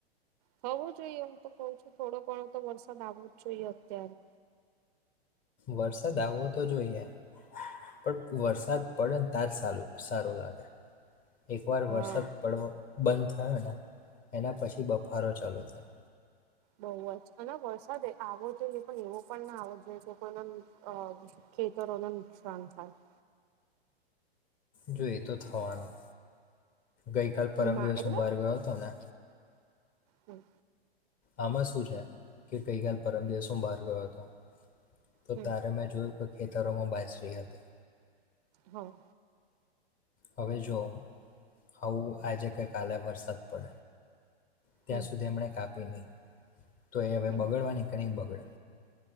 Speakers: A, on the right (about 40°); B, on the left (about 25°).
A: થવું જોઈએ હું તો કઉ છું થોડો ઘણો તો વરસાદ આવવો જ જોઈએ અત્યારે.
B: વરસાદ આવવો તો જોઈએ પણ વરસાદ પડે ને તાર સારું સારું લાગે. એક વાર
A: હા.
B: વરસાદ પડવો બંધ. થ ને એના પછી બફારો ચાલુ થાય.
A: બહુ જ અને વરસાદ આવો જોઈએ પણ એવો પણ ના આવવો જોઈએ તો એના ખેતરોને નુકસાન થાય.
B: જોઈ તો થવાનું. ગઈકાલ પરમ
A: ના
B: દિવસ
A: એટલે
B: હઊબર ગયો હતો ને.
A: હમ.
B: આમાં શું છે કે ગઈકાલ પરમ દિવસોમાં બહાર ગયો હતો. તો
A: હમ
B: તારે મેં જોયું. ખેતરોમાં બાસરી હતી.
A: હા.
B: હવે જો આવું આજે કે કાલે વરસા. ત્યાં
A: હમ
B: સુધી એમણે કાપી નહી. તો એ હવે
A: હમ
B: બગડવાની કે નહી બગડ